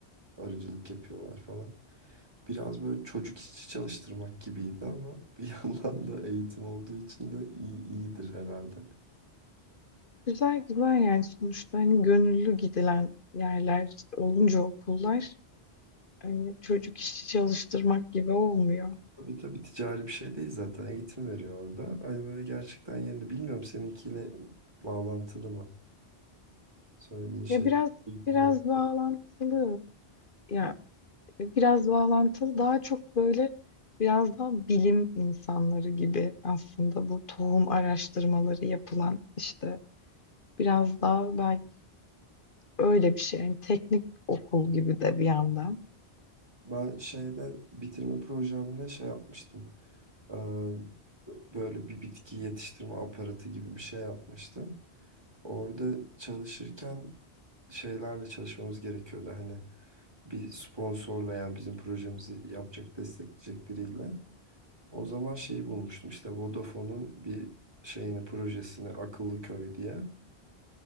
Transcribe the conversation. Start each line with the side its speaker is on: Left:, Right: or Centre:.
Right: Arıcılık yapıyorlar falan. Biraz böyle çocuk işçi çalıştırmak gibiydi ama bir <laughs> yandan da eğitim olduğu için de iyi, iyidir herhalde.
Left: Güzel güzel yani sonuçta hani gönüllü gidilen yerler olunca okullar hani çocuk işçi çalıştırmak gibi olmuyor.
Right: Tabii tabii ticari bir şey değil zaten. Eğitim veriyor orada. Hani böyle gerçekten yerinde. Bilmiyorum seninkiyle bağlantılı mı? Söylediğin şey
Left: Ya biraz
Right: eğitim
Left: biraz
Right: alan.
Left: bağlantılı. Ya biraz bağlantılı daha çok böyle biraz daha bilim insanları gibi aslında bu tohum araştırmaları yapılan işte biraz daha belki öyle bir şey. Yani teknik okul gibi de bir yandan.
Right: Ben şeyde bitirme projemde şey yapmıştım. Ee, böyle bir bitki yetiştirme aparatı gibi bir şey yapmıştı. Orada çalışırken şeylerle çalışmamız gerekiyordu. Hani bir sponsorla yani bizim projemizi yapacak, destekleyecek biriyle. O zaman şeyi bulmuştum işte Vodafone'un bir şeyini, projesini Akıllı Köy diye.